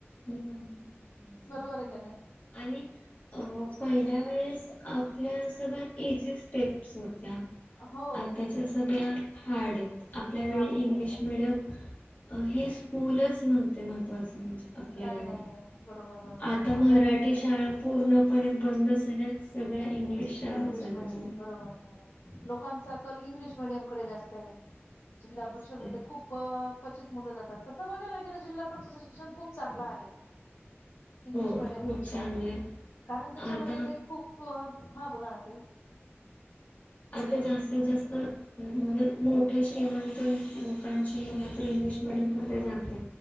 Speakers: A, on the left; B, on the left.
A: निबंध फायनल व्हायचा
B: बरोबर आहे का नाही
A: आणि अ अ पहिल्या वेळेस आपल्या सगळ्या इझी स्टेप्स होत्या
B: हो
A: आताच्या सगळ्या हार्ड आहेत आपल्या
B: हा
A: वेळी
B: देतात
A: इंग्लिश
B: हो.
A: मेडियम अ हे स्कूलच नव्हते महत्वाचं म्हणजे आपल्या
B: नाही
A: वेळी
B: नाही नाही बरोबर बरोबर
A: आता
B: आपल्या
A: मराठी
B: वेळेस
A: शाळा पूर्णपणे बंद झाल्यात सगळ्या इंग्लिश शाळा
B: इंग्लिश
A: चालू
B: मिडियम
A: झाल्या.
B: बरोबर बरोबर. लोकांचा कल इंग्लिश मिडियम कडे जास्त आहे जिल्हा
A: असते
B: परिषदमध्ये खूप क्वचित मुलं जात तसं बघायला गेलं जिल्हा परिषद शिक्षण खूप चांगला आहे इंग्लिश
A: हो
B: मिडियमपेक्षा
A: खूप चांगले
B: कारण त्याच्यामध्ये
A: आता
B: ते खूप हा बोला ना ताई
A: आता जास्तीत जास्त म्हणजे मोठे <inaudible> श्रीमंत लोकांची मुल नोकरी इंग्लिश मडियम मध्ये जातात